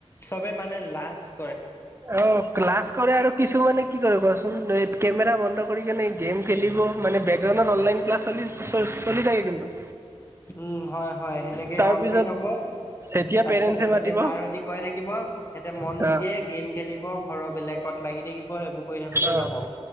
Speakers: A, on the left; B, on the right.
A: চবে মানে লাষ্ট
B: অ ক্লাছ কৰে আৰু কিছু মানে কি কয় কোৱাচোন কেমেৰা বন্ধ কৰি কেনে গেম খেলিব মানে বেকগ্ৰাউণ্ডত অনলাইন ক্লাছ চলি চলি চলি থাকে কিন্তু
A: উম হয় হয় সেনেকে
B: তাৰপিছত
A: অন কৰি থব
B: যেতিয়া
A: তাৰপিছত
B: পেৰেণ্টছে
A: এফালে
B: মাতিব
A: ছাৰ হতি কৈ থাকিব সিহঁতে
B: অ',
A: মন নিদিয়ে গেম খেলিব ঘৰৰ বেলেগত লাগি থাকিব সেইবোৰ কৰি থাকোতে
B: অ',
A: যাব